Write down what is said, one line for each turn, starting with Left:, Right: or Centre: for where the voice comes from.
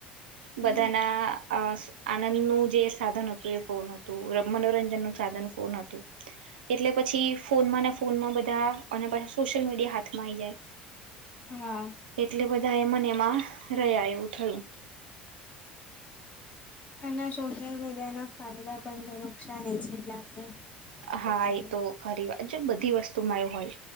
Left: હમ
Right: બધાના આનંદનુંું જે સાધન હતું એ ફોનું મનોરંજન નું સાધન કોન હતું એટલે પછી ફોનમાં ને ફોનમાં બધ આ અને પ સોશિયલ મીડ હાથ માં જાય
Left: હા
Right: એટ એ બધા એમાને એમા રહ્યા એવું થયું
Left: અને સોશિયલ મીડિયા એના ફાયદા પણ નુકસાનએ છે એટલે આપણે
Right: હા
Left: કરીએ.
Right: એ તો ખરી વાત જો બધી વસ્તુમાં એ હોય